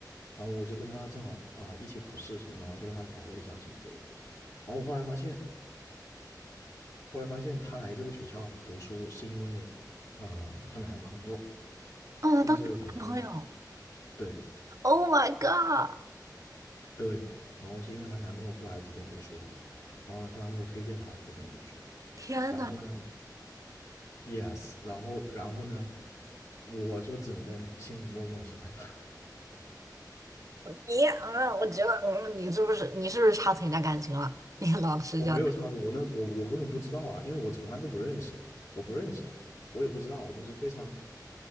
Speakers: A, on the left; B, on the right.
A: 然后我就跟他正好啊、一起考试什么的，然后就跟他聊了一下什么之类的，然后我后来发现。后来发现她来这个学校读书是因为，呃，她男朋友，
B: 哦，
A: 她那时候有男朋友，
B: 那当时有男朋友。
A: 对
B: Oh my god！
A: 对，然后是因为她男朋友过来这边读书的，然后呢，她男朋友推荐她来这边读书的，
B: 天呐，
A: 然后呢，yes，然后然后呢，我就只能在心里默默喜欢她，
B: 你嗯，我觉得嗯，你是不是你是不是插错人家感情了？你老是这样的，
A: <laughs> 我没有插足，我那我我根本不知道啊，因为我从来都不认识，我不认识她，我也不知道，就是非常，